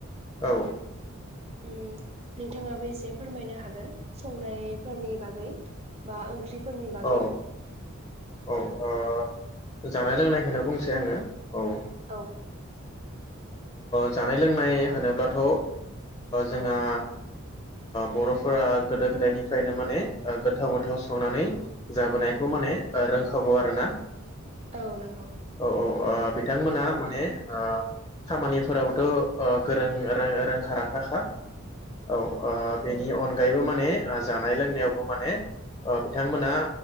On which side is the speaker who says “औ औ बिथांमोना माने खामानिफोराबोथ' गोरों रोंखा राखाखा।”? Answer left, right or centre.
Left